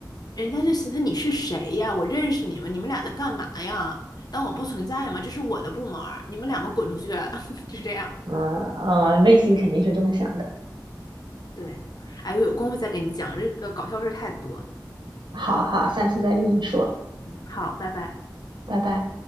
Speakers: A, on the left; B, on the right.
A: 人家就寻思你是谁呀？我认识你吗？你们俩在干嘛呀？当我不存在吗？这是我的部门儿，你们两个滚出去！<laughs> 就这样。
B: <laughs> 呃呃，内心肯定是这么想的。
A: 对，哎，我有功夫再跟你讲，这个搞笑事儿太多。
B: 好好，下次再跟你说，
A: 好，拜拜。
B: 拜拜。